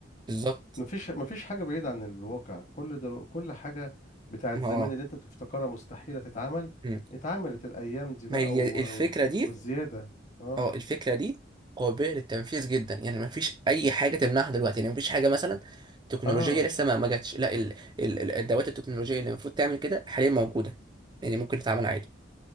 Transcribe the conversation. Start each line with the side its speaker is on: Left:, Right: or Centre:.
Right: بالظبط
Left: مفيش مفيش حاجة بعيدة عن الواقع كل دلو كل حاجة بتاعت
Right: ما
Left: زمان
Right: اه
Left: اللي انت بتفتكرها مستحيلة تتعمل
Right: مم.
Left: اتعملت الأيام دي بقى
Right: ما هي
Left: و...
Right: الفكره
Left: و...
Right: دي
Left: والزيادة اه
Right: اه الفكره دي قابله للتنفيذ جدا يعني ما فيش اي حاجه تمنعها دلوقتي يعني ما فيش حاجه مثلا تكنولوجيه
Left: اه
Right: لسه ما ما جاتش لا ال... ال... ال- الادوات التكنولوجيه اللي المفروض تعمل كده حاليا موجوده يعني ممكن تتعمل عادي